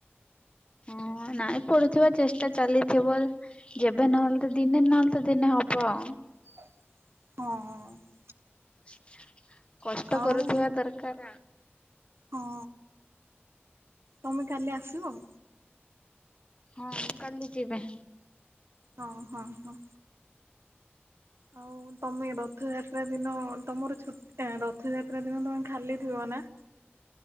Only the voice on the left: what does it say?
ହଁ ନାଇଁ, ପଢ଼ୁଥିବା ଚେଷ୍ଟା ଚାଲିଥିବ। ଯେବେ ନହେଲେ ତ ଦିନେ ନହେଲେ ତ ଦିନେ ହବ।
<inaudible> କଷ୍ଟ
କରୁଥିବା ଦରକାର।
ହଁ, ମୁ କାଲି ଯିବି।